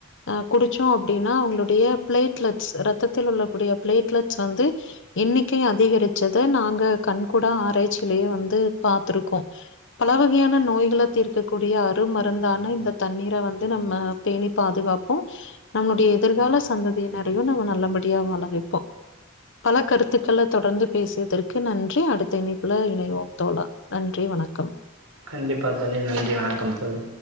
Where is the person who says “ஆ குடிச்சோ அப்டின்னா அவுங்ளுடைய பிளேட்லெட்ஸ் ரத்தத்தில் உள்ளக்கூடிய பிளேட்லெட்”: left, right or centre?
Left